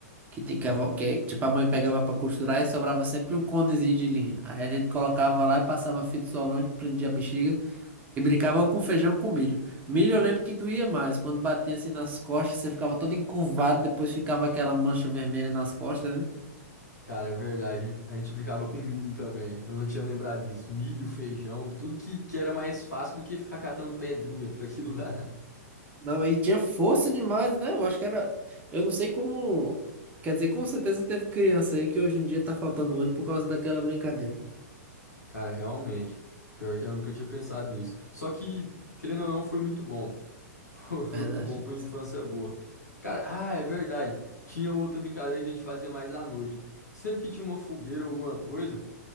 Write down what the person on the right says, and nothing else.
Que tem que, a, vó- que é- tipo a mãe pegava pra costurar e sobrava sempre um conezinho de linha. Aí a gente colocava lá e passava fita isolante, prendia a bexiga e brincava com feijão com milho. Milho eu lembro que doía mais, quando batia assim nas costas, você ficava todo encurvado, depois ficava aquela mancha vermelha nas costas, né?
Não, aí tinha força demais, né? Eu acho que era. Eu não sei como. Quer dizer, com certeza teve criança aí que hoje em dia tá faltando olho por causa daquela brincadeira.
Verdade.